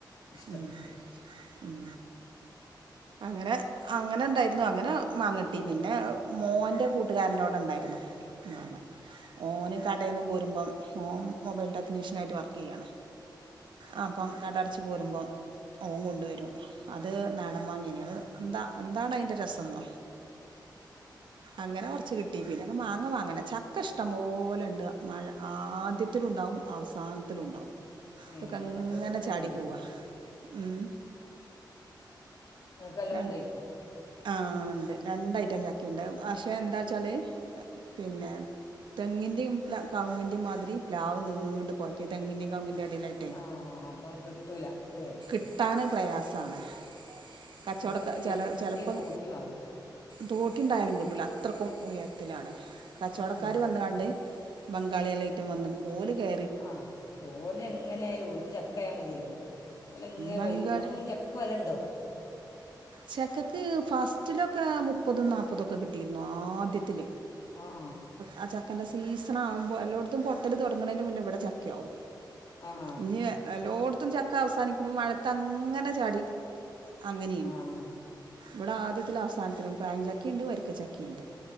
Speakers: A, on the left; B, on the right.
A: ഇഷ്ടം
B: ഉം. ഉം അങ്ങനെ അങ്ങനെ ഇണ്ടായിരുന്നു. അങ്ങനെ മാങ്ങ കിട്ടി. പിന്നെ മോന്റെ കൂട്ടുകാരന്റോടെണ്ടായിരുന്നു. മാങ്ങ ഓന് കടേന്ന് പോരുമ്പം ഓം മൊബൈൽ ടെക്നീഷ്യൻ ആയിട്ട് വർക്കെയ്യാണ്. ആഹ്. ഇപ്പം കടട്ച്ച് പോരുമ്പം ഓം കൊണ്ട് വെരും. അത് നട മാങ്ങിനി. അഹ് എന്ത എന്താണ് അയ്ന്റെ രസന്നൊ. അങ്ങനെ കൊറ്ച്ച് കി ട്ടി പിലൊക്കെ മാങ്ങ വാങ്ങല. ചക്ക ഇഷ്ടം പോലെണ്ട്. മഴ ആദ്യത്തിലു ണ്ടാവും. അവസാനത്തിലുംണ്ടാവും.
A: ഏ
B: ഇപ്പൊക്കങ്ങനെ
A: ചക്ക നിങ്ങൾക്ക്
B: ചാടി
A: തന്നെ ഉണ്ടായിക്കും
B: പോവാ ഉം.
A: നിങ്ങൾക്ക് എല്ലാം
B: ര <unintelligible>
A: ഉണ്ടായിക്കും
B: ആഹ് ഇണ്ട്. രണ്ട് ഐറ്റം ചക്കിണ്ട്. പക്ഷെ എന്തായ്ച്ചാല്. പിന്നെ തെങ്ങിന്റിം കൗങ്ങിന്റിം മാതിരി പ്ലാവ് നീണ്ട് പോയക്ക്യാ. തെങ്ങിന്റിം കൗങ്ങിന്റിം എടയി
A: ആഹ് അപ്പഹ് അഹ് കിട്ടൂല ല്ലെ.
B: ട്ടാന് പ്രയാസാണ്. കച്ചോടൊക്കെ
A: അതിന് പിന്നെ
B: ചെലോ
A: വലിയ
B: ചെല്പ്പം.
A: തോട്ടി വേണം
B: തോട്ടിണ്ടായാലും കിട്ടുല. അത്രയ്ക്കും ഉയരത്തിലാണ്. കച്ചോടക്കാര്
A: ഉം.
B: വന്ന് കാണ്ട്. ബംഗാള്യാളായിറ്റും വന്ന്ണ്. ഓല് കേ
A: ആഹ് ഓല് എങ്ങനെ ആയാലും ഓല്ക്ക് ചക്കായാ മതിയല്ലോ. ഓല് എങ്ങനെ
B: ബംഗാൾ
A: ഇപ്പം ചക്ക ക്ക് വെലണ്ടൊ.
B: ചക്കക്ക് ഫസ്റ്റിലൊക്കെ മുപ്പതും നാപ്പതൊക്കെ കിട്ടിര്ന്നു. ആദ്യത്തില്
A: ആഹ് ആഹ്
B: ആ ചക്കന്റെ സീസണാകുമ്പോ. എല്ലോട്ത്തും പൊട്ടല് തൊട്ങ്ണേന്റെ മുന്നെ ഇവെടെ ചക്കയാവും.
A: ആ ആ
B: ഇഞ് എല്ലോട്ത്തും ചക്ക അവസാനിക്കുമ്പം മഴത്ത് അങ്ങനെ ചാടി അങ്ങനെ
A: ആഹ്
B: ഇവെടെ ആദ്യത്തിലും അവസാനത്തിലും പയഞ്ചക്കിണ്ട് വര്ക്കച്ചക്കിണ്ട്.